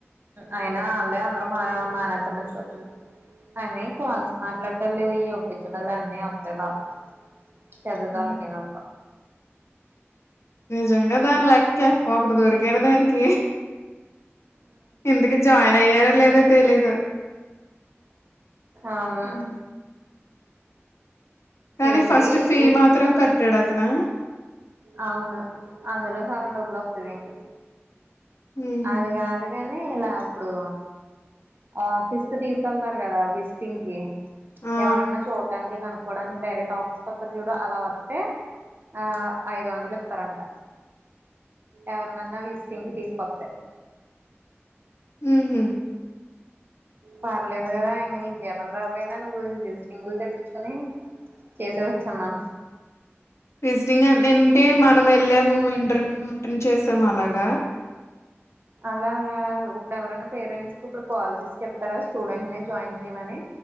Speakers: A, on the right (about 50°); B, on the left (about 75°).
A: అయినా అళ్ళే అందరు మా మన ఎంతమందితోని ఉన్నారు. అని కాల్స్ మాట్లాడట లేవ్ ఈ ఒప్పించడాలు అన్నీ అబ్బే బాబా పెద్ద
B: హ్మ్.
A: దళ్క్ ఇనొప్పా
B: నిజంగా దాని లెక్క ఒకడు దొరికారు దానికి ఇంతకీ జాయిన్ అయ్యారో లేదో తెలీదు.
A: అవును
B: హ్మ్. కానీ
A: ఏంటి
B: ఫస్ట్ ఫీ
A: ఉప్పు
B: మాత్రం కట్టాడ్ అతను
A: అవును అందులో సగం డబ్బులు వత్తాది ఇనికి
B: హుహు.
A: అది గాదు గాని ఇలా అప్పుడు ఆ ఫిస్క్ తీసుకెళ్తారు కదా విజటింగ్ కి
B: ఆ
A: ఎవరన్నా చూడాన్ చే కనుక్కకోవడానికి డైరెక్ట్ ఆఫీస్క్ వత్తారు చూడు అలా వస్తే ఆ ఐదు వందలు ఇత్తరట ఎవరినన్నా విజిటింగ్ కి తీసుకొత్
B: ఉహూహ్
A: పర్లేదు గాదా ఇంగాని జీపం రాబోయినా నువ్వు విజిటింగులు తెప్పించుకుని చేసే వచ్చన్నాన్.
B: విజిటింగ్ అన్ ఏంటే మనం వెళ్ళాము ఇంటర్వ్యూ అటెండ్ చేసాము అలాగా
A: అలా గాదు ఇప్పుడు ఎవరనా పేరెంట్స్కి ఇప్పుడు కాల్ చేసి చెప్తారా. స్టూడెంట్నీ జాయిన్ చేయమని